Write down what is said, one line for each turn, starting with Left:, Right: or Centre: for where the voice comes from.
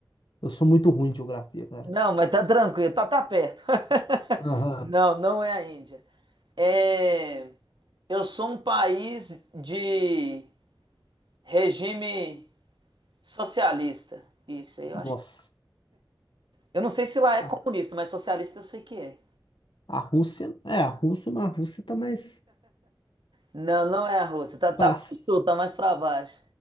Left: Eu sou muito ruim de geografia, cara.
Right: não, mas tá tranquilo, tá, tá perto. <laughs>
Left: Aham.
Right: Não, não é a Índia. É, eu sou um país de regime socialista. Isso aí, eu
Left: Nossa.
Right: acho. que- Eu não sei se lá é
Left: A,
Right: comunista, mas socialista eu sei que é.
Left: a Rússia. É, a Rússia, mas a Rússia tá mais
Right: Não, não é a Rússia. Tá, tá
Left: pra,
Right: pro
Left: s-
Right: sul, tá mais pra baixo.